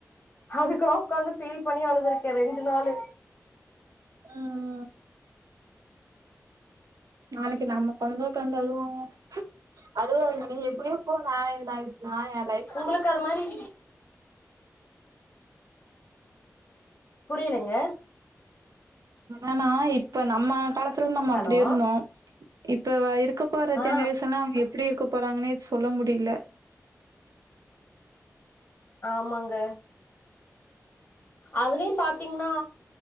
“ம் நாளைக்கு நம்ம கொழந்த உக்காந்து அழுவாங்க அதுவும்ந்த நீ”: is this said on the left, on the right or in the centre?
Right